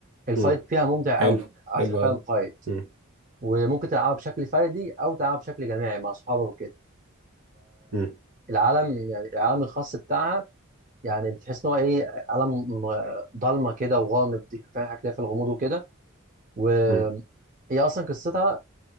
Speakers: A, on the right; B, on the right.
A: الفايت
B: مم.
A: فيها ممتع
B: حلو
A: أوي يعني أحسن
B: حلو
A: فعلا
B: أوي
A: فايت
B: مم.
A: وممكن تلعبها بشكل فردي او تلعبها بشكل جماعي مع اصحابك وكده
B: مم.
A: العالم يعني العالم الخاص بتاعها يعني بتحس ان هو ايه عالم م- ضلمه كده وغامض فاهم هتلاقي في الغموض وكده وهي
B: مم.
A: اصلا قصتها